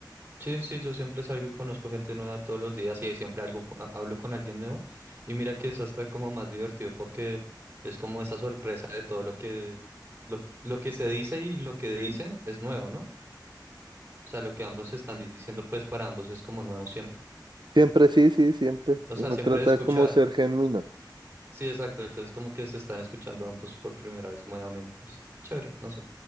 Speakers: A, on the right (about 25°); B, on the right (about 70°).
A: Sí, sí, yo siempre salgo y conozco gente nueva todos los días y ahí siempre algo, co- ha- hablo con alguien nuevo. Y mira que es hasta como más divertido porque es como esa sorpresa de todo lo que, lo, lo que se dice y lo que dicen es nuevo, ¿no? O sea, lo que ambos están di- diciendo, pues para ambos es como nuevo siempre.
B: Siempre, sí, sí, siempre.
A: O
B: Uno
A: sea, siempre
B: trata
A: de escuchar.
B: como ser genuino.
A: Sí, exacto. Entonces como que se están escuchando ambos por primera vez nuevamente. Sí, chévere, no sé.